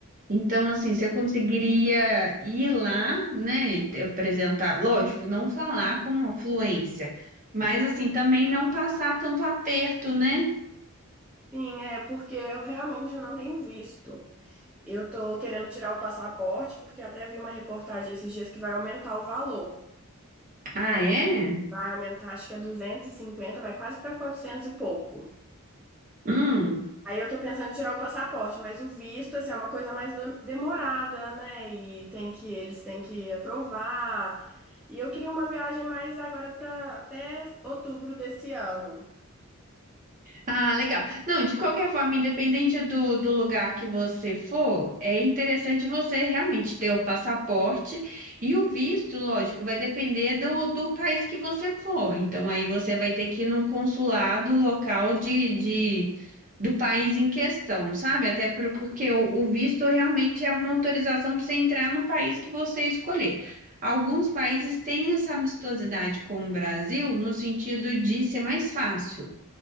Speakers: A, on the right (about 35°); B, in the centre.
A: Então, assim, você conseguiria ir lá, né, e te- apresentar, lógico, não falar com fluência, mas assim, também não passar tanto aperto, né?
B: Sim, é porque eu realmente já não tenho visto. Eu tô querendo tirar o passaporte, porque até vi uma reportagem esses dias que vai aumentar o valor.
A: Ah, é?
B: Vai aumentar, acho que é 250, vai quase para 400 e pouco.
A: Hum.
B: Aí eu tô pensando em tirar o passaporte, mas o visto, assim, é uma coisa mais do- demorada, né? E tem que, eles têm que aprovar. E eu queria uma viagem mais agora para até outubro desse ano.
A: Ah, legal. Não, de qualquer forma, independente do, do lugar que você for, é interessante você realmente ter o passaporte e o visto, lógico, vai depender do, do país que você for. Então, aí você vai ter que ir no consulado local de, de- do país em questão, sabe? Até pro- porque o, o visto realmente é uma autorização para você entrar no país que você escolher. Alguns países têm essa amistosidade com o Brasil no sentido de ser mais fácil.